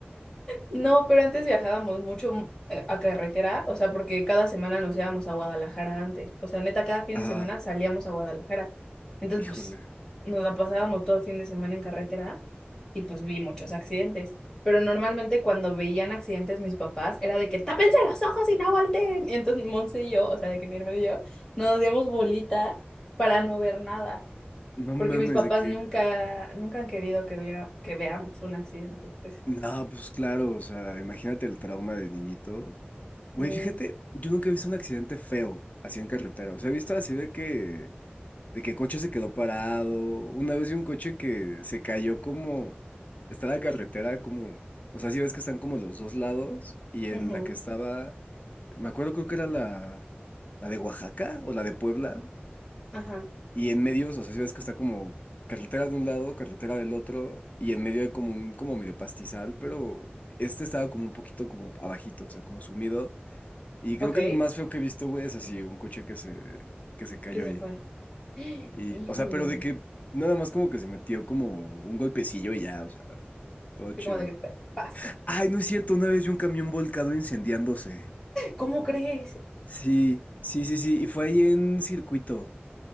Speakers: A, on the left (about 15°); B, on the left (about 40°).
A: No, pero antes viajábamos mucho mm, eh, a carretera, o sea, porque cada semana nos íbamos a Guadalajara antes. O sea, neta, cada fin
B: Ajá,
A: de semana salíamos a Guadalajara. Entonces,
B: híjole.
A: pues, nos la pasábamos todo el fin de semana en carretera y pues vi muchos accidentes. Pero normalmente cuando veían accidentes mis papás, era de que tápense los ojos y no volteen. Y entonces Monse y yo, o sea, de que mi hermano y yo, nos hacíamos bolita para no ver nada.
B: No
A: Porque
B: mames,
A: mis papás
B: de que.
A: nunca, nunca han querido que viera, que veamos un accidente. Pues
B: No, pues claro, o sea, imagínate el trauma de niñito. Güey,
A: sí.
B: fíjate, yo nunca he visto un accidente feo así en carretera. O sea, he visto así de que, de que coche se quedó parado. Una vez vi un coche que se cayó como, está la carretera como, o sea, si ves que están como los dos lados y en
A: Ujú.
B: la que estaba, me acuerdo creo que era la, la de Oaxaca o la de Puebla
A: Ajá,
B: y en medio, o sea, si ves que está como carretera de un lado, carretera del otro y en medio hay como un, como medio pastizal, pero este estaba como un poquito como abajito, o sea, como sumido. Y creo
A: ok,
B: que el más feo que he visto, güey, es así, un coche que se, que se cayó
A: que se
B: ahí.
A: fue. <gasps>
B: Y,
A: Híjole,
B: o sea, pero de que nada más como que se metió como un golpecillo y ya, o sea, todo
A: estoy
B: chido.
A: como de que "Pa- paz.
B: Ay, no es cierto, una vez vi un camión volcado incendiándose.
A: ¿Cómo crees?
B: Sí, sí, sí, sí, y fue ahí en circuito,